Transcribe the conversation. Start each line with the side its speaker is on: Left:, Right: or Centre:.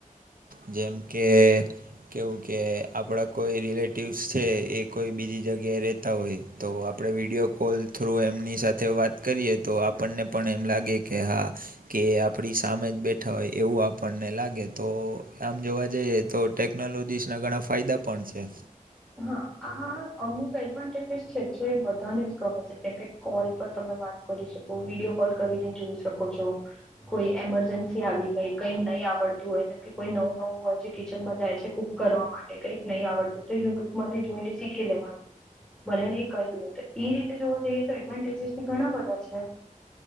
Right: જેમ કે કેવું કે આપણા કોઈ રિલેટિવ્સ છે એ કોઈ બીજી જગ્યાએ રહેતા હોય તો આપણે વિડીયો કોલ થ્રુ એમની સાથે વાત કરીએ તો આપણને પણ એમ લાગે કે હા કે આપડી સામે જ બેઠા હોય એવું આપણને લાગે તો આમ જોવા જઈએ તો ટેકનોલોજીસના ઘણા ફાયદા પણ છે
Centre: હા આ અમુક એડવાન્ટેજસ છે જે બધાને જ ગમે છે જેમ કે કોલ પર તમે વાત કરી શકો વિડીયો કોલ કરીને જોઈ શકો છો કોઈ એમરજન્સી આવી ગઈ કઈ નહીં આવડતું હોય જેમ કે કોઈ નવું નવું હોય જે કિચનમાં જાય છે કરવા માટે કઈક નહી આવડતું તો યુટ્યુબ માંથી જોઈને શીખી લેવાનું ભલે નને કઈ બી તો એ રીતે જોવા જઈએ તો એડવાન્ટેજસી ઘણા બધા છે